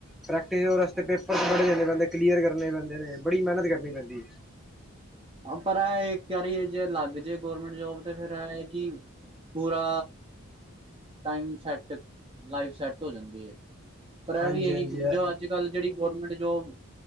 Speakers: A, in the centre; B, on the right.
A: ਪ੍ਰੈਕਟਿਸ ਓਦੇ ਵਾਸਤੇ ਪੇਪਰ ਬੜੇ ਦੇਣੇ ਪੈਂਦੇ, ਕਲੀਅਰ ਕਰਨੇ ਪੈਂਦੇ ਨੇ ਬੜੀ ਮੇਹਨਤ ਕਰਨੀ ਪੈਂਦੀ ਏ।
B: ਪਰ ਐ ਇੱਕ ਵਾਰੀ ਜੇ ਲੱਗ ਜੇ ਗੌਰਮੈਂਟ ਜੋਬ ਤੇ ਫੇਰ ਐ ਕੀ ਪੂਰਾ ਟਾਈਮ ਸੈਟ ਲਾਈਫ ਸੈਟ ਹੋ ਜਾਂਦੀ ਐ। ਪਰ ਐ
A: ਹਾਂਜੀ
B: ਵੀ ਹੈ ਕੀ
A: ਹਾਂਜੀ
B: ਜੋ ਅੱਜ-ਕੱਲ ਜੇੜੀ ਗੌਰਮੈਂਟ ਜੋਬ